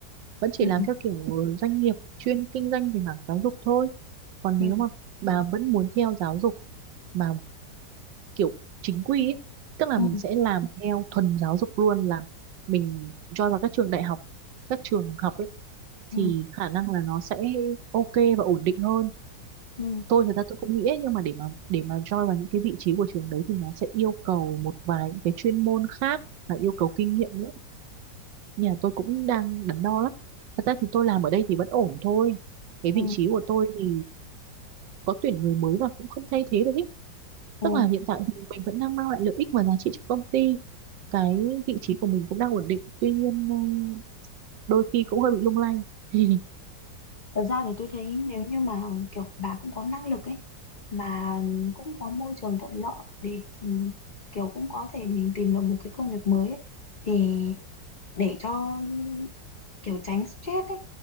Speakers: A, on the right (about 85°); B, on the left (about 50°).
A: vẫn chỉ
B: ừ
A: làm
B: ừ
A: theo kiểu doanh nghiệp chuyên kinh doanh về mảng giáo dục thôi còn
B: ừ
A: nếu mà bà vẫn muốn theo giáo dục mà kiểu chính quy ý, tức là
B: Ừ,
A: mình sẽ làm theo thuần giáo dục luôn là mình join vào các trường đại học các trường học ấy, thì
B: ừ,
A: khả năng là nó sẽ ok và ổn định hơn
B: ừ,
A: tôi thực ra tôi cũng nghĩ ấy, nhưng mà để mà để mà join vào những cái vị trí của trường đấy thì nó sẽ yêu cầu một vài những cái chuyên môn khác và yêu cầu kinh nghiệm nữa nhà tôi cũng đang đắn đo lắm thật ra thì tôi làm ở đây thì vẫn ổn thôi cái
B: ừ.
A: vị trí của tôi thì có tuyển người mới và cũng không thay thế được ý
B: ừ.
A: tức là hiện tại thì mình vẫn đang mang lại lợi ích và giá trị cho công ty cái vị trí của mình cũng đang ổn định tuy nhiên ừ, đôi khi cũng hơi bị lung lay <laughs>
B: Thật ra thì tôi thấy nếu như mà kiểu bà cũng có năng lực ấy mà cũng có môi trường thuận lợi để ừ, kiểu cũng có thể mình tìm được một cái công việc mới ấy, thì để cho kiểu tránh stress ấy